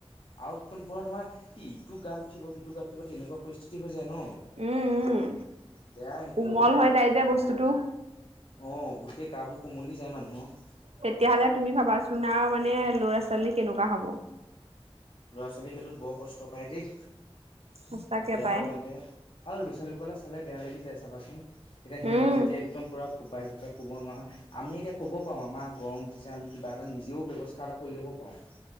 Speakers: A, on the left; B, on the right.
A: আৰু একদম পৰা তোমাৰ ইটো গাত উঠিব সিটো গাত উঠিব তেনেকুৱা পৰিস্থিতি হৈ যায়। যে ন।
B: উম উম
A: বেয়া সেইটো
B: কোমল হৈ যায় যে বস্তুটো
A: অ গোটেই গা বোৰ- কুমলি যায় মানুহৰ-
B: তেতিয়াহলে তুমি ভাবাচোন আৰু মানে লৰা ছোৱালী কেনেকুৱা হব-
A: ল'ৰা ছোৱালীৰ সেইটোত বৰ কষ্ট পায় দেই
B: সঁচাকে
A: বেয়াও
B: পাই
A: লাগে আৰু লৰা ছোৱালীবোৰ কলে চালে বেয়া লাগি যায় চাবাচোন এতিয়া সিহঁতৰ
B: উম
A: যেতিয়া একদম পুৰা ফোপাই জোপাই- কব নোৱাৰা হয় আমি এতিয়া কব পাৰো আমাৰ গৰম উঠিছে আমি কিবা এটা নিজেও ব্যয়ৱস্থা এটা কৰি ল'ব পাৰো।